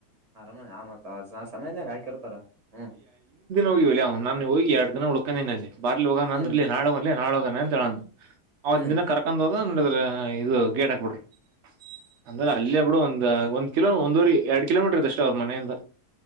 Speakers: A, on the right; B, on the right.
A: ಆರಮನೆ ಆಮತ್ ಸಮಯನಾಗ ಹಾಕಿರ್ತಾರ ಹ್ಮ್.
B: ಹೋಗಿ ಅ್ ನು ಹೋಗಿ ಎರ ದಿನ ಉಳಕೊಂಡನಲ್ಲಿ ಬಾರ್ಲಿ ಹೋಗಣ
A: ಹ್ಮ್
B: ಅಂದ್ರ ಇ ನಾಳೆ. ನಾಳದನೆ ಅಂತ ಹೇಳ. ಅವದ್
A: ಹ್ಮ್
B: ದಿನ ಕರ್ಕೊಂಡ್ ಹ. ಹ ನಡಿದ್ರ ಇದು ಗೇಡ ಕೊಡ್ರಿ. ಅಂದ್ರೆ ಅಲ್ಲಿ ಅಬ್ಡು ಒಂದ್ ಒಂದ್ ಕಿೋ ಒಂದ ಎರಡ್. ಕಿಲೋಮೀಟರ್ ಅಷ್ಟ ಅವ್ರ ಮನೆಯಿಂದ.